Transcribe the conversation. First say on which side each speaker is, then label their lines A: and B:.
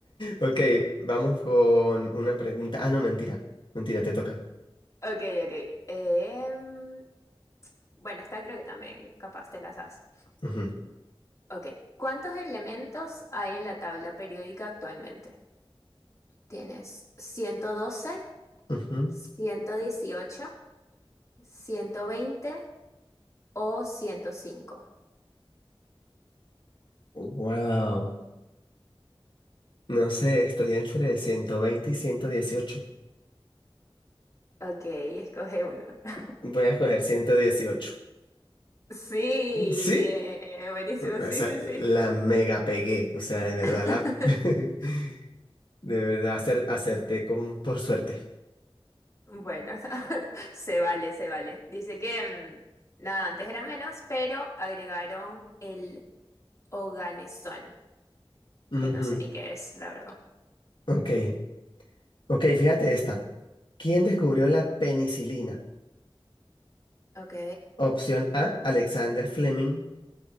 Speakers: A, on the left; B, on the left.
A: Ok, vamos con una pregunta. Ah, no, mentira. Mentira, te toca.
B: Ok, ok. Em, bueno, esta creo que también capaz te la sabes.
A: Ujú,
B: Ok, ¿cuántos elementos hay en la tabla periódica actualmente? ¿Tienes ciento ciento doce,
A: ujú.
B: ciento dieciocho, ciento veinte o ciento cinco.
A: Wow. No sé, estoy entre 120 y 118.
B: Ok, escoge uno. <laughs>
A: Voy a escoger 118.
B: Sí,
A: ¿Sí?
B: bien, buenísimo,
A: Esa
B: sí, sí, sí.
A: la mega pegué. O sea, de verdad
B: <laughs>
A: la. <laughs> De verdad acer- acerté con por suerte.
B: Bueno, <laughs> se vale, se vale. Dice que, mm, nada, antes era menos, pero agregaron el oganesón,
A: Ujú.
B: que no sé ni qué es, la verdad.
A: Ok. Ok, fíjate esta. ¿Quién descubrió la penicilina?
B: Ok.
A: Opción A, Alexander Fleming.